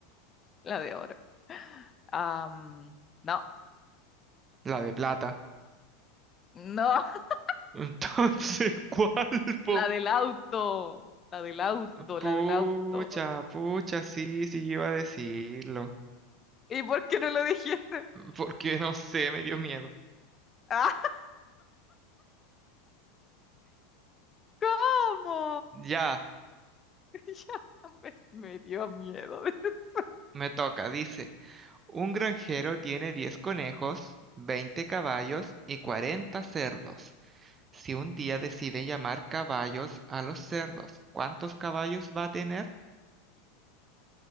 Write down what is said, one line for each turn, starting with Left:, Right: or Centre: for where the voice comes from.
Left: la de oro. Am, no,
Right: la de plata.
Left: no, <laughs>
Right: Entonces, <laughs> ¿cuál, po?
Left: la del auto, la del auto,
Right: Pucha,
Left: la del auto.
Right: pucha, sí, sí, yo iba a decirlo.
Left: ¿Y por qué no lo dijiste?
Right: Porque no sé, me dio miedo.
Left: <laughs> ¡Ah! ¿Cómo?
Right: Ya,
Left: <laughs> Ya me, me dio miedo. <laughs>
Right: me toca, dice. Un granjero tiene 10 conejos, 20 caballos y 40 cerdos. Si un día decide llamar caballos a los cerdos, ¿cuántos caballos va a tener?